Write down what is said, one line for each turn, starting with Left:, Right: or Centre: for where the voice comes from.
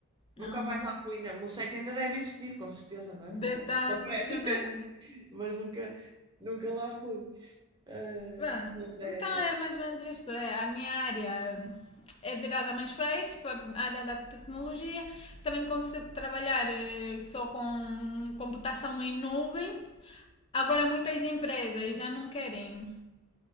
Right: Nunca
Left: Não,
Right: mais lá fui, não. O site ainda deve existir, com certeza, não é? Porque
Left: deve
Right: aquilo
Left: estar
Right: não
Left: a
Right: aparece.
Left: funcionar.
Right: <laughs> Mas nunca, nunca lá fui. Eh,
Left: Bem,
Right: mas é-
Left: então é mais ou menos isso. É, a minha área é virada mais para isso, para a área da tecnologia. Também consigo trabalhar eh, só com computação em nuvem. Agora muitas empresas já não querem